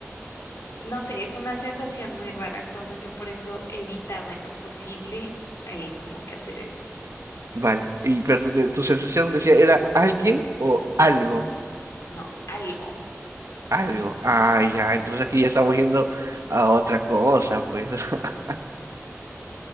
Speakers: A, on the left (about 80°); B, on the right (about 80°).
A: No sé, es una sensación muy rara, entonces yo por eso evitaba en lo posible eh, como que hacer eso.
B: Vale. Y pero tu, tu sensación decía, ¿era alguien o algo?
A: No, algo.
B: Algo. Ah, ya. Entonces aquí ya estamos yendo a otra cosa, pues. <laughs>